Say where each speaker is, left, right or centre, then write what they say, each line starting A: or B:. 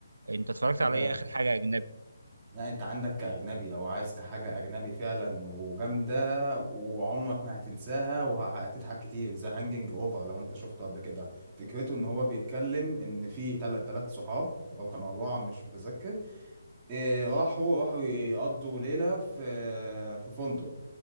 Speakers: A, on the right; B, on the right.
A: انت اتفرجت
B: أنت
A: على ايه اخر حاجه اجنبي
B: لا انت عندك كأجنبي لو عايز حاجة أجنبي فعلا وجامدة وعمرك ما هتنساها وهتضحك كتير ذا هانجنج اوفر لو انت شفته قبل كده فكرته ان هو بيتكلم ان في تلات تلات صحاب او كانوا أربعة مش متذكر إيه راحوا راحوا يقضوا ليلة في في فندق